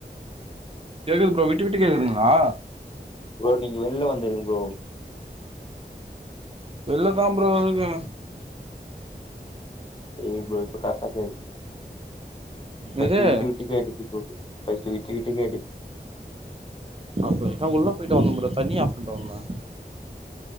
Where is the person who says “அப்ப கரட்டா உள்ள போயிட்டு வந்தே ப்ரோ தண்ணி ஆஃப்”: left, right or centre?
Right